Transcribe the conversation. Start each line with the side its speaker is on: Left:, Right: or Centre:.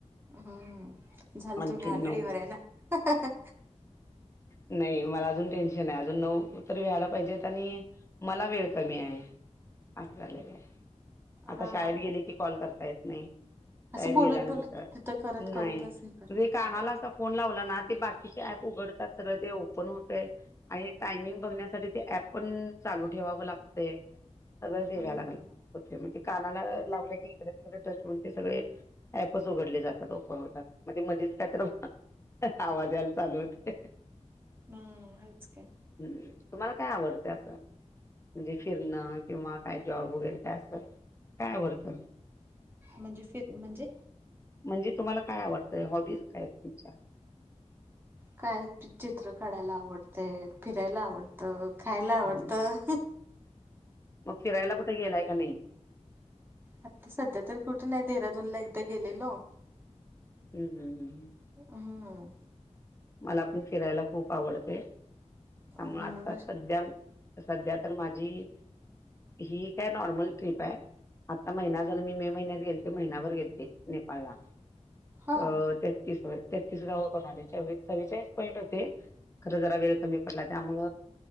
Right: हम्म झालं
Left: आणखीन
Right: तुम्ही आघाडीवर
Left: नऊ
Right: आहे ना हां हां हां
Left: नाही मला अजून टेन्शन आहे अजून नऊतर व्यायला पाहिजेत आणि मला वेळ कमी आहे असं झालेलं आहे आता
Right: हा
Left: शाळेत गेले की कॉल करता येत नाही शाळेत
Right: असं बोलत
Left: गेल्यानंतर
Right: बोलत तिथं करत करतच
Left: नाही म्हणजे
Right: हे करा ना
Left: कानाला
Right: का नाही
Left: असा फोन लावला ना ते बाकीचे ऍप उघडतात सगळे ते ओपन होतेय आणि टायमिंग बघण्यासाठी ते ऍप पण चालू ठेवावं लागतयं सगळं
Right: हम्म
Left: <unintelligible> लागल. हे म्हणजे कानाला लावल की इकड तिकडे टच हुन ते सगळे ऍपच उघडले जातात ओपन होतात, म ते मधीच काही तर आवाज यायला चालू होतंय.
Right: हूं आहेच की!
Left: हं तुम्हाला काय आवडत असं, म्हणजे फिरणं किंवा काय जॉब वगैरे काय. काय आवडत?
Right: म्हणजे फिर म्हणजे
Left: म्हणजे तुम्हाला काय आवडतंय, हॉबीज काय आहेत तुमच्या?
Right: काय चित्र काढायला आवडतयं, फिरायला आवड त खायला
Left: हम्म
Right: आवडतं.
Left: मग फिरायला कुठे गेलाय का नही?
Right: आता सध्या तर कुठे नाही, देहरादूनला एकदा गेलेलो.
Left: हूं हूं हूं हूं!
Right: हं!
Left: मला पण फिरायला खूप आवडतयं, त्यामुळ
Right: म्हणूनच
Left: आता सध्या सध्या तर माझी ही काय नॉर्मल ट्रिप आहे. आता महिना झाला मी मे महिन्यात गेलते महिनाभर गेलते नेपाळला.
Right: हा
Left: अ तेतीस होय तेतीस गाव कोण आले चव्वे-चव्वेचाळीस पॉईंट होते. खरं जरा वेळ कमी पडला त्यामुळ